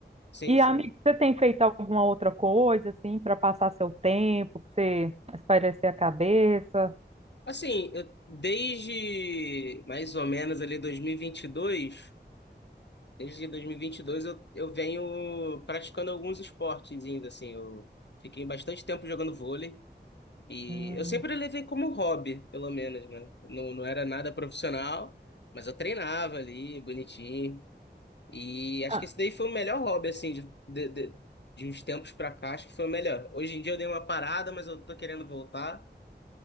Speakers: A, on the left (about 75°); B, on the right (about 35°).
A: Sim,
B: E,
A: sim.
B: amigo, você tem feito alguma outra coisa, assim, para passar seu tempo, para você espairecer a cabeça?
A: Assim, eu desde mais ou menos ali dois mil e e vinte e dois Desde 2022 eu, eu venho praticando alguns esportes ainda, assim. Eu fiquei bastante tempo jogando vôlei e
B: Hum.
A: eu sempre levei como hobby, pelo menos, né? Não, não era nada profissional, mas eu treinava ali, bonitinho. E acho
B: Ah,
A: que esse daí foi o melhor hobby, assim, de, de, de, de uns tempos pra cá, acho que foi o melhor. Hoje em dia eu dei uma parada, mas eu tô querendo voltar.